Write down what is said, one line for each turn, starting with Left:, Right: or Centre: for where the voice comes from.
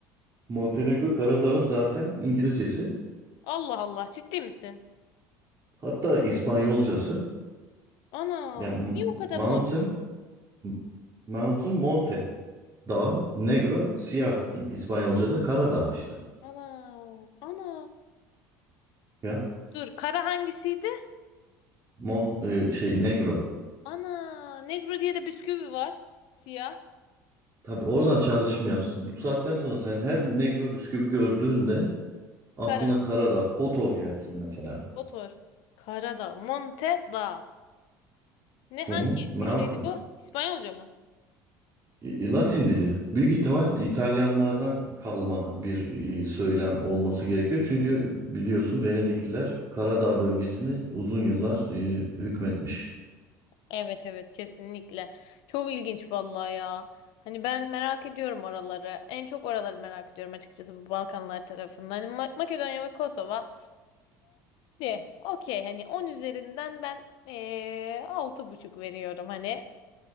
Right: Montenegro Karadağ'ın zaten İngilizcesi.
Left: Allah Allah, ciddi misin?
Right: Hatta İspanyolcası.
Left: Ana,
Right: Yani m-
Left: niye o kadar
Right: mountain
Left: Mon
Right: m- mountain monte. Dağ, negro, siyah İ- İspanyolca'da Karadağ işte.
Left: Ana, ana.
Right: Ya
Left: Dur, kara hangisiydi?
Right: Mon e, şey Negro.
Left: Ana, Negro diye de bisküvi var. Siyah,
Right: Tabii oradan çağrışım yapsın. Bu saatten sonra sen her Negro bisküvi gördüğünde aklına
Left: kara,
Right: Karadağ, Kotor gelsin mesela.
Left: Kotor. Karadağ, Montedağ. Ne hangi
Right: Hı hı. Mountain.
Left: dildeydi bu? İspanyolca mı?
Right: E, e, Latin dili. Büyük ihtimal İtalyanlardan kalma bir e, söylem olması gerekiyor. Çünkü biliyorsun Venedikliler Karadağ bölgesini uzun yıllar e, hükmetmiş.
Left: Evet evet kesinlikle. Çok ilginç vallahi ya. Hani ben merak ediyorum oraları. En çok oraları merak ediyorum açıkçası bu Balkanlar tarafından. Hani Ma- Makedonya ve Kosova de okey hani 10 üzerinden ben eee altı buçuk veriyorum hani.